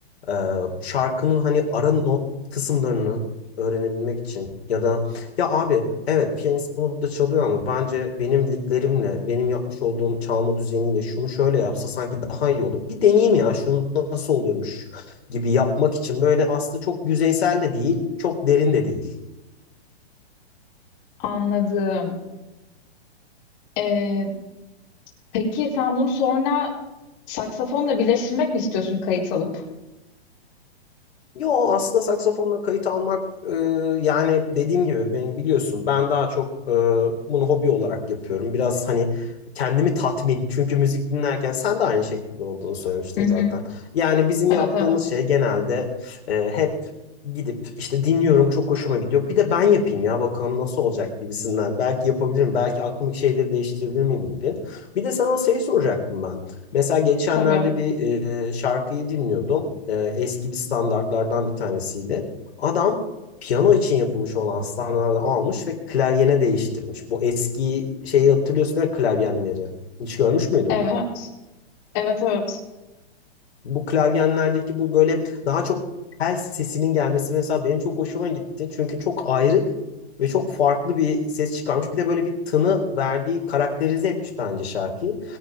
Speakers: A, on the left; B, on the left.
A: e, şarkının hani ara no- kısımlarını öğrenebilmek için ya da ya abi evet piyanist bunu burada çalıyor ama bence benim liglerimle benim yapmış olduğum çalma düzeniyle şunu şöyle yapsa sanki daha iyi olur. Bir deneyeyim ya şunu nasıl oluyormuş gibi yapmak için böyle aslında çok yüzeysel de değil çok derin de değil.
B: Anladım. Ee, Peki sen bunu sonra saksafonla birleştirmek mi istiyorsun kayıt alıp?
A: Yo aslında saksafonla kayıt almak e, yani dediğim gibi ben biliyorsun ben daha çok e, bunu hobi olarak yapıyorum. Biraz hani kendimi tatmin çünkü müzik dinlerken sen de aynı şekilde olduğunu söylemiştin
B: Hı hı.
A: zaten. Yani bizim
B: Evet
A: yaptığımız
B: evet.
A: şey genelde e, hep gidip işte dinliyorum çok hoşuma gidiyor. Bir de ben yapayım ya bakalım nasıl olacak gibisinden. Belki yapabilirim belki aklımdaki şeyleri değiştirebilir miyim gibi. Bir de sana şey soracaktım ben. Mesela geçenlerde
B: Tabii.
A: bir e, şarkıyı dinliyordum. E, eski bir standartlardan bir tanesiydi. Adam piyano için yapılmış olan standartları almış ve klavyene değiştirmiş. Bu eski şeyi hatırlıyorsun değil mi? Klavyenleri. Hiç görmüş müydün?
B: Evet. Evet evet.
A: Bu klavyenlerdeki bu böyle daha çok tel sesinin gelmesi mesela benim çok hoşuma gitti. Çünkü çok ayrık ve çok farklı bir ses çıkarmış. Bir de böyle bir tını verdiği karakterize etmiş bence şarkıyı.